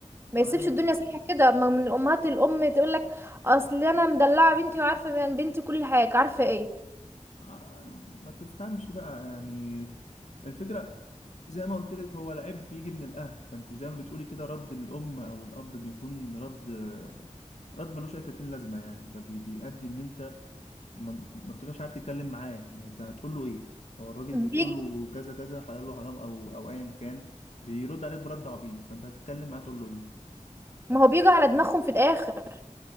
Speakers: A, on the right; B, on the left.
A: ما
B: ما
A: يسيبش
B: هي
A: الدنيا سايحة كده ما من الامهات الام تقول لك اصل انا مدلعة بنتي وعارفة من بنتي كل حاجة عارفة ايه
B: آه ما تفهمش بقى يعني الفكرة زي ما قلت لك هو العيب بيجي من الأهل فأنت زي ما بتقولي كده رد الأم أو الأب بيكون رد رد ملوش أي تأتين لازمة يعني فبيؤدي إن أنت ما, ما بتبقاش عارف تتكلم معاه يعني أنت هتقول له إيه؟ هو الراجل
A: بيجي
B: بتقول له كذا كذا حلال وحرام أو أو أيا كان بيرد عليك برد عبيط فأنت هتتكلم معاه تقول له إيه؟
A: ما هو بيجي على دماغهم في الاخر